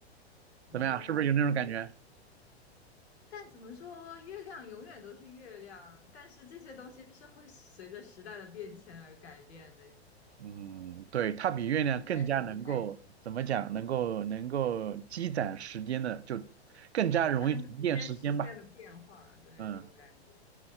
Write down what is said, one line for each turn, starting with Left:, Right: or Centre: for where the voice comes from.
Left: 哦，
Right: 怎么样？是不是有那种感觉？
Left: 但怎么说，月亮永远都是月亮，但是这些东西是会随着时代的变迁而改变的呀，
Right: 嗯，对，它比月亮更加能够怎么讲？
Left: 还是不太一样，
Right: 能够能够积攒时间的，就更加容易沉淀时间吧。
Left: 它能体现时现的变化的那种感觉，
Right: 嗯